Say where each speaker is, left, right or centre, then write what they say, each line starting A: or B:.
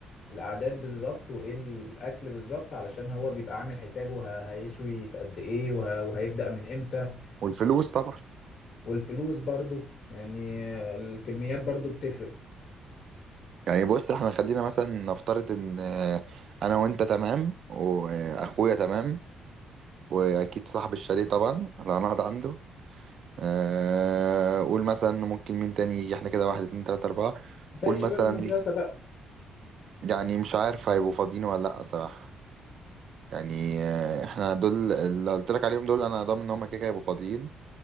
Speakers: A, on the left (about 55°); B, on the right (about 60°).
A: الاعداد بالظبط وايه الاكل بالظبط علشان هو بيبقى عامل حسابه ه- هيشوي في قد ايه وه- وهيبدأ من امتى
B: والفلوس طبعا
A: والفلوس برضو يعني آه، الكميات برضو بتفرق
B: يعني بص احنا خلينا مثلا نفترض ان آه، انا وانت تمام واخويا تمام واكيد صاحب الشاليه طبعا اللي هنقعد عنده آه، قول مثلا ممكن مين تاني يجي احنا كده واحد اتنين تلاتة اربعة
A: باقي
B: قول
A: شباب
B: مثلا
A: المدرسة بقى
B: يعني مش عارف هيبقوا فاضيين ولا لأ صراحة يعني آه، احنا دول اللي قلت لك عليهم دول انا ضامن ان هم كده كده هيبقوا فاضيين